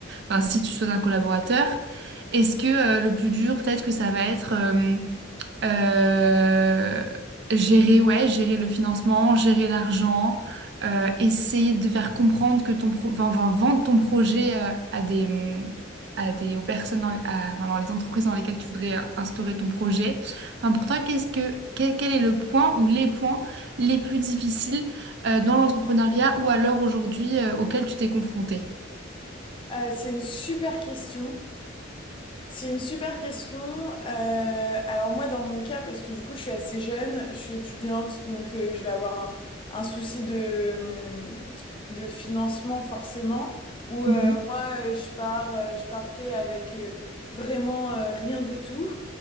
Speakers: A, on the right; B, on the left.
A: enfin si tu souhaites un collaborateur, est-ce que euh, le plus dur, peut-être que ça va être euh, euh, gérer, ouais, gérer le financement, gérer l'argent, euh, essayer de faire comprendre que ton pro- enfin, enfin, vendre ton projet euh, à des hum, à des aux personnes dans, à- enfin, dans les entreprises dans lesquelles tu voudrais euh, instaurer ton projet. Enfin, pour toi, qu'est-ce que quel, quel est le point ou les points les plus difficiles euh, dans l'entrepreneuriat ou à l'heure aujourd'hui euh, auquel tu t'es confronté?
B: Euh, c'est une super question. C'est une super question. Euh, alors moi, dans mon cas, parce que du coup, je suis assez jeune, je suis étudiante, donc euh, je vais avoir un, un souci de, de financement forcément, où
A: Mhm,
B: euh, moi, euh, je pars, euh, je partais avec euh, vraiment euh, rien du tout.